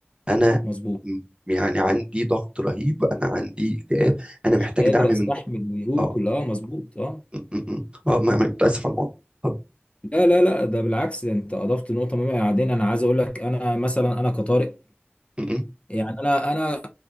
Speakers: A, on the right; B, on the left.
A: انا
B: مظبوط
A: م- يعني عندي ضغط رهيب انا عندي اكتئاب انا
B: مش
A: محتاج
B: قادر
A: دعم منكم
B: استحمل ويقول
A: اه
B: اه مظبوط اه
A: م- م- م. اه ما- ما- متاسف على الموضوع طب
B: لا لا لا ده بالعكس ده انت اضفت نقطه مهمه بعدين انا عايز اقول لك انا مثلا انا كطارق
A: م- م-
B: يعني انا انا